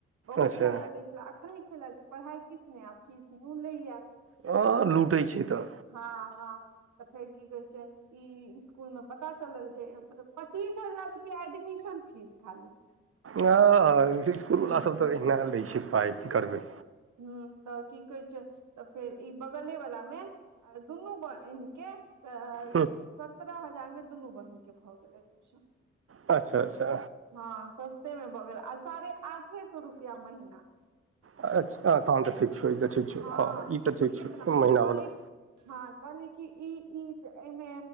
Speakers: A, on the right (about 80°); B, on the right (about 50°).
A: बहुत
B: अच्छा
A: ज्यदा लै छलेय अखरै छले जे पढ़ाई किछु नहि आ फीस सेहो लेया
B: हँ लूटैत छै तऽ
A: हँ हँ तऽ फेर की कहै छै ई स्कूल में पता चलल जे पचीस हजार रुपया एडमिशन फीस खाली
B: ह स्कूल
A: हूं
B: सब तऽ एहनय लै छै पाइ की करबै
A: ह तऽ की कहै छै तऽ फेर ई बगले वला मे आ दुनू बहिन के तऽ
B: हूँ
A: सत्रह हजार मे दुनू बहिनक के भऽ गेलै एडमिशन
B: अच्छा अच्छा
A: हँ सस्ते मे भऽ गेल आ साढ़े आठे सए रुपआ महीना
B: अ ताँ तऽ ठीक छौ ई त ठीक छौ
A: हँ
B: ह ई तऽ ठीक छौ
A: एक नम्बर
B: महीना
A: कहली
B: वाला
A: हँ कहली की ई ई एहिमे